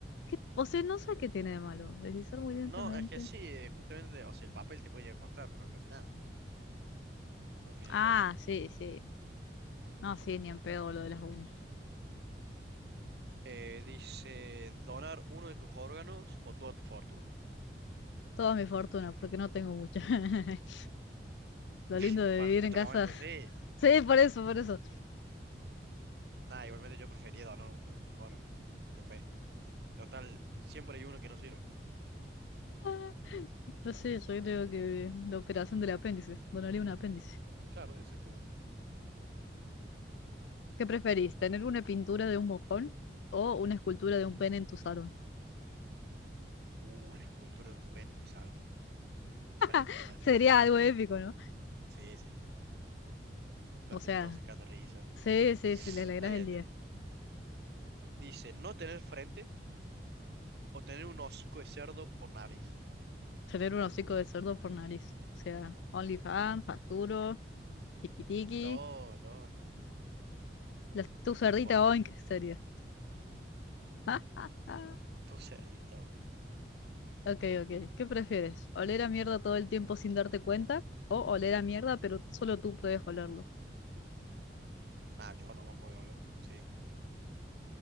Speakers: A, on the left; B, on the right.
A: ¿Qué- O sea, no sé qué tiene de malo. Deslizar muy lentamente.
B: No, es que sí, eh, justamente, o sea, el papel te puede llegar a cortar, pero no te hace nada, al fin
A: Ah,
B: y al cabo.
A: sí, sí. No, sí, ni en pedo lo de las uñas.
B: Eh, dice, donar uno de tus órganos o toda tu fortuna.
A: Toda mi fortuna,
B: Y
A: porque no tengo mucha. <laughs> Lo
B: <laughs>
A: lindo de
B: bueno,
A: vivir
B: en este
A: en casa.
B: momento
A: <laughs>
B: sí.
A: Sí, por eso, por eso.
B: Nada, igualmente yo prefería donar uno de mis órganos. Que fue. Total, siempre hay uno que no sirve.
A: Ah, Yo sí, yo creo que la operación del apéndice. Donaría un apéndice.
B: Claro, exactamente.
A: ¿Qué preferís? ¿Tener una pintura de un mojón o una escultura de un pene en tu salón?
B: Uh, la escultura de un pene en mi salón. Frente,
A: <laughs>
B: man.
A: Sería algo épico, ¿no?
B: Sí, sí, sí. Cortes
A: O sea,
B: todos sacando risa.
A: sí, sí, sí, le alegras
B: Está bien,
A: el
B: está
A: día.
B: bien. Dice, no tener frente o tener un hocico de cerdo por nariz.
A: Tener un hocico de cerdo por nariz. O sea, OnlyFans, facturo. Tiquitiqui.
B: No, no, no, no.
A: La, tu cerdita
B: Yo no podría.
A: Boing, serie. <laughs>
B: Tú cerdita hoy.
A: Ok, ok. ¿Qué prefieres? ¿Oler a mierda todo el tiempo sin darte cuenta? ¿O oler a mierda, pero solo tú puedes olerlo?
B: Nah, yo no me puedo hablar. Sí.